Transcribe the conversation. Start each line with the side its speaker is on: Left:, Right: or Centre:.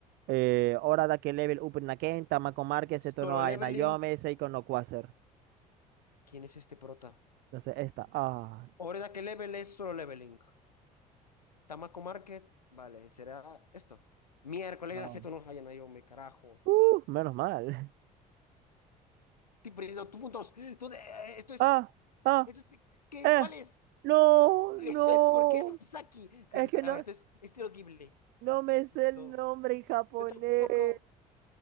Right: Eh, hora da que level up Naken, Tamako Márquez,
Left: Solo
Right: Seto no
Left: Leveling.
Right: hay Nayome, Seiko no Quasar.
Left: ¿Quién es este prota?
Right: Entonces, esta. Ah,
Left: Oreda, ¿qué level es Solo Leveling? Tamako Market. Vale, será esto. Miércoles,
Right: no.
Left: la seto no hayan yo me carajo.
Right: Uh, menos mal. <laughs>
Left: Estoy perdiendo tus puntos. Tú de- eh, Esto es.
Right: Ah, ah,
Left: Esto es- ¿qué?
Right: eh.
Left: ¿Cuál es?
Right: No,
Left: <laughs>
Right: no.
Left: Es porque es Usaki. Que
Right: Es
Left: es Usaki.
Right: que no,
Left: A ver, entonces, estilo Ghibli.
Right: no me
Left: Listo.
Right: sé el nombre en japonés.
Left: Yo tampoco.
Right: Es